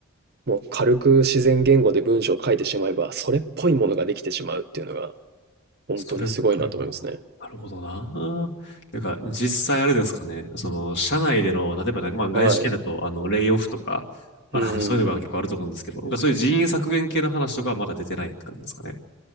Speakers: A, on the right; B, on the left.
A: もう軽く自然言語で文章を書いてしまえば、それっぽいものができてしまうっていうのが、本当にすごいなと思いますね。
B: それっぽいものか。なるほどな。なんか実際あれですかね、その社内での、例えばなんかまあ外資系だと、
A: はい。
B: あの、レイオフとか、あの、
A: うんうんまあ
B: そういうのが結構あると思うんですけど、なんかそういう人員削減系の話とかはまだ出てない感じですかね。